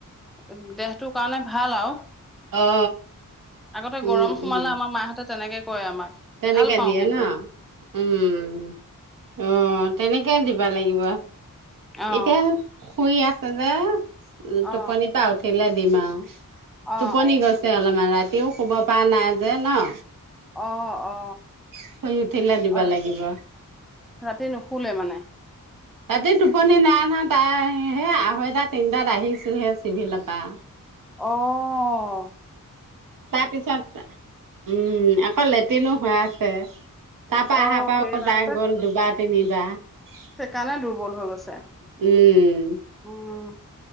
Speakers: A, in the centre; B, on the right.
A: <unintelligible> সেইটো কাৰণে ভাল আৰু
B: অ
A: আগতে গৰম
B: উম
A: সোমালে
B: উম
A: আমাৰ মাহঁতে তেনেকে কয় আমাক
B: তেনেকে
A: ভাল পাওঁ
B: দিয়ে
A: কিন্তু
B: ন? উম অ। তেনেকে দিব লাগিব।
A: অ
B: এতিয়া শুই আছে যে টোপনি
A: অ
B: পা উঠিলে দিম আৰু
A: অ
B: টোপনি গৈছে অলপমান ৰাতিও শুব পৰা নাই যে নহ
A: অ অ অ
B: শুই উঠিলে দিব
A: অ
B: লাগিব
A: ৰাতি নুশুলে মানে
B: ৰাতি টোপনি নাই নহয় তাই, সেই আঢ়ৈটা তিনটাত আহিছোহে চিভিলৰ পৰা
A: অহ
B: তাৰপিছত উম, আকৌ লেট্ৰিনো হৈ আছে। তাৰ পৰা
A: অ
B: অহাৰ পৰা
A: সেই
B: আকৌ বায়েক
A: আগতে
B: গল দুবাৰ তিনিবাৰ
A: সেইকাৰণে দুৰ্বল হৈ গৈছে
B: উম
A: উম